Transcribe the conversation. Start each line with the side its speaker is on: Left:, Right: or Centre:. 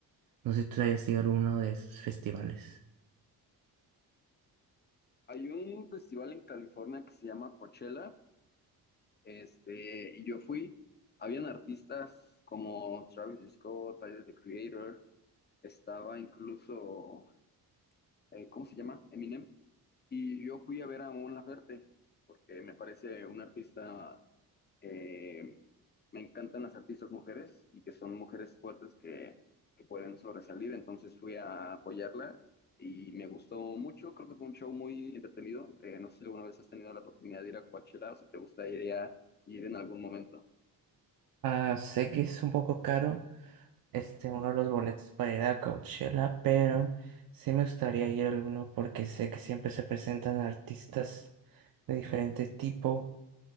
Right: No sé si tú hayas ido a alguno de esos festivales.
Left: Hay un festival en California que se llama Coachella, este, y yo fui. Habían artistas como Travis Scott, Tyler, The Creator, estaba incluso, eh, ¿cómo se llama? Eminem. Y yo fui a ver a Mon Laferte, porque me parece una artista, eh, me encantan las artistas mujeres y que son mujeres fuertes que, que pueden sobresalir, entonces fui a apoyarla y me gustó mucho, creo que fue un show muy entretenido, Eh, no sé si alguna vez has tenido la oportunidad de ir a Coachella o si te gustaría ir en algún momento.
Right: Ah, sé que es un poco caro, este, uno de los boletos para ir a Coachella, pero sí me gustaría ir a alguno porque sé que siempre se presentan artistas de diferente tipo